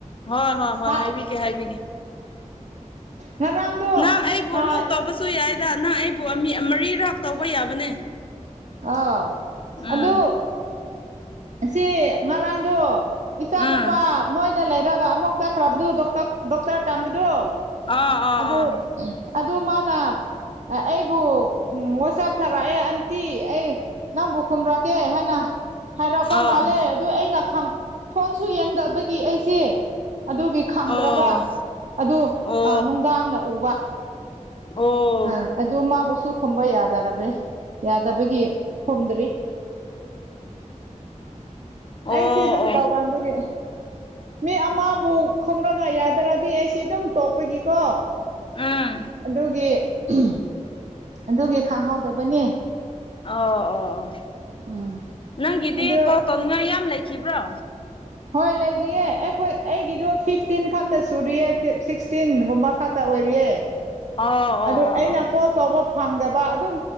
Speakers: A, on the left; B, on the right.
A: ꯍꯣꯏ ꯍꯣꯏ ꯍꯣꯏ
B: ꯍꯥ
A: ꯍꯥꯏꯕꯤꯒꯦ ꯍꯥꯏꯕꯤꯒꯦ
B: ꯉꯔꯥꯡꯗꯣ
A: ꯅꯪ ꯑꯩꯕꯨ
B: ꯑꯥ
A: ꯑꯃꯨꯛ ꯇꯧꯕ ꯁꯨ ꯌꯥꯏꯗ ꯅꯪ ꯑꯩꯕꯨ ꯃꯤ ꯃꯔꯤꯔꯥꯛ ꯇꯧꯕ ꯌꯥꯕꯅꯦ
B: ꯑꯥꯎ
A: ꯎꯝ
B: ꯑꯗꯨ ꯁꯤ ꯉꯔꯥꯡꯗꯣ ꯏꯆꯥ
A: ꯎꯝ
B: ꯅꯨꯨꯄꯥ ꯅꯣꯏꯗ ꯂꯩꯔꯒ ꯑꯃꯨꯛ ꯆꯠꯈ꯭ꯔꯕꯗꯨ ꯗꯣꯛ ꯗꯣꯛꯇꯔ ꯇꯝꯕꯗꯨ
A: ꯑꯥ ꯑꯥ
B: ꯑꯗꯣ
A: ꯑꯥ
B: ꯑꯗꯣ ꯃꯥꯅ ꯑꯩꯕꯨ ꯋꯥꯆꯞ ꯊꯥꯔꯛꯑꯦ ꯇꯤ ꯑꯩ ꯅꯪꯕꯨ ꯈꯨꯝꯔꯛꯀꯦ ꯍꯥꯏꯅ ꯍꯥꯏꯔꯛꯄ
A: ꯑꯥ
B: ꯃꯥꯜꯂꯦ
A: ꯑꯥ
B: ꯑꯗꯨ ꯑꯩꯅ ꯈꯪ ꯐꯣꯟꯁꯨ ꯌꯦꯡꯗꯕꯒꯤ ꯑꯩꯁꯦ ꯑꯗꯨꯒꯤ ꯈꯪꯗ꯭ꯔꯕ
A: ꯑꯣ ꯑꯣ ꯑꯣ
B: ꯑꯗꯨ
A: ꯑꯣ
B: ꯅꯨꯡꯗꯥꯡꯅ ꯎꯕ
A: ꯑꯣ
B: ꯑꯥ
A: ꯑꯣ
B: ꯑꯗꯨ ꯃꯥꯕꯨꯁꯨ ꯈꯨꯝꯕ ꯌꯥꯗꯔꯕꯦ ꯌꯥꯗꯕꯒꯤ ꯈꯨꯝꯗ꯭ꯔꯤ ꯑꯩꯁꯦ
A: ꯑꯣ
B: ꯑꯗꯨꯝ ꯇꯥꯎꯒꯥꯟꯕꯒꯤ ꯃꯤ ꯑꯃꯕꯨ ꯈꯨꯝꯔꯒ ꯌꯥꯗ꯭ꯔꯗꯤ ꯑꯩꯁꯤ ꯑꯗꯨꯝ ꯇꯣꯛꯄꯒꯤꯀꯣ
A: ꯎꯝ
B: ꯑꯗꯨꯒꯤ <unintelligible> ꯑꯗꯨꯒꯤ ꯈꯥꯡꯍꯧꯗꯕꯅꯤ
A: ꯑꯣ ꯑꯣ ꯑꯣ
B: ꯎꯝ
A: ꯅꯪꯒꯤꯗꯤ
B: ꯑꯗꯨ
A: ꯀꯣꯜ ꯇꯧꯅꯤꯡꯉꯥꯏ ꯌꯥꯝ ꯂꯩꯈꯤꯕ꯭ꯔꯣ
B: ꯍꯣꯏ ꯂꯩꯔꯤꯌꯦ ꯑꯩꯈꯣꯏ ꯑꯩꯒꯤꯗꯣ ꯐꯤꯐꯇꯤꯟ ꯈꯛꯇ ꯁꯨꯔꯤꯌꯦ ꯁꯤꯛꯁꯇꯤꯟꯒꯨꯝꯕ ꯈꯥꯛ ꯇ ꯑꯣꯏꯔꯤꯌꯦ
A: ꯑꯣ ꯑꯣ
B: ꯑꯗꯨ ꯑꯩꯅ ꯀꯣꯜ ꯇꯧꯕ ꯐꯪꯗꯕ ꯑꯗꯨꯝ